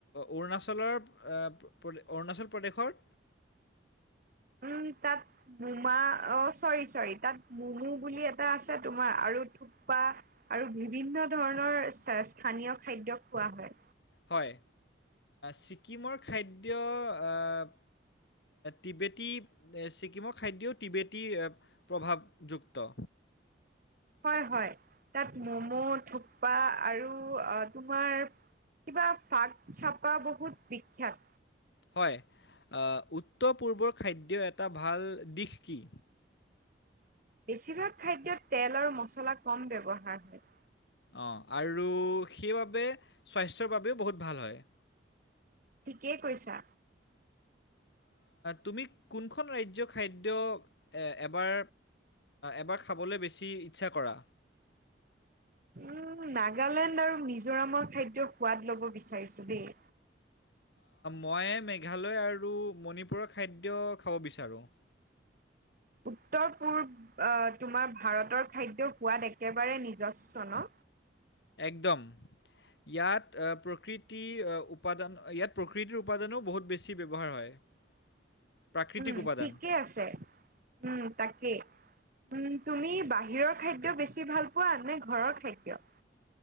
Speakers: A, on the left; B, on the right.
A: অৰুণাচলৰ - অৰুণাচল প্ৰদেশৰ?
B: উম, তাত মোমা অ, চৰি - চৰি তাত মমু বুলি এটা আছে তোমাৰ আৰু খোৱা আৰু বিভিন্ন ধৰণৰ স্থানীয় খাদ্য খোৱা হয়।
A: হয় ছিকিমৰ খাদ্য অ টিবেটী ছিকিমৰ খাদ্যও টিবেটী প্ৰভাৱযুক্ত।
B: হয় হয় তাত ম'ম' থোপ্পা আৰু অ তোমাৰ কিবা ফাগ চপা বহুত বিখ্যাত।
A: হয় উত্তৰ পূৰ্বৰ খাদ্য এটা ভাল দিশ কি?
B: বেছিভাগ খাদ্যত তেল আৰু মছলা কম ব্যৱহাৰ হয়।
A: অ, আৰু সেইবাবে স্বাস্থ্যৰ বাবেও বহুত ভাল হয়।
B: ঠিকেই কৈছা।
A: তুমি কোনখন ৰাজ্যৰ খাদ্য এবাৰ এবাৰ খাবলৈ বেছি ইচ্ছা কৰা?
B: উম, নাগালেণ্ড আৰু মিজোৰামৰ খাদ্য সোৱাদ লব বিচাৰিছো দেই।
A: মই মেঘালয় আৰু মণিপুৰৰ খাদ্য খাব বিচাৰো।
B: উত্তৰ পূব তোমাৰ ভাৰতৰ খাদ্যৰ সোৱাদ একেবাৰে নিজস্ব ন।
A: একদম। ইয়াত প্ৰকৃতি উপাদান ইয়াত প্ৰকৃতিৰ উপাদানো বহুত বেছি ব্যৱহাৰ হয়। <inaudible>
B: উম,
A: উপাদান।
B: ঠিকে আছে, উম, তাকেই। উম, তুমি বাহিৰৰ খাদ্য বেছি ভাল পোৱা নে ঘৰৰ খাদ্য?